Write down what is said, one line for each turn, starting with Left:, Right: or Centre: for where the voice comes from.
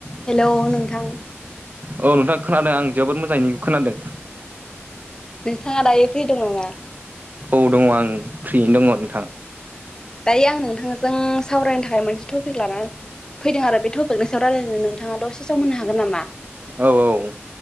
Left: हेल' नोंथां
Right: औ नोंथांङा खोनादों आं जोबोद मोजाङै खोनादों।
Left: नोंथाङा दायो फैदों नामा?
Right: औ दङ आं फ्रियैनो दङ।
Left: दायो आं नोंथांजों सावरायनो थाखाय मोनसे टपिक लाना फैदों आरो बे टपिकनि सायाव रायजलायनो नोंथाङा दसे समआव मोननो हागोन नामा?
Right: औ औ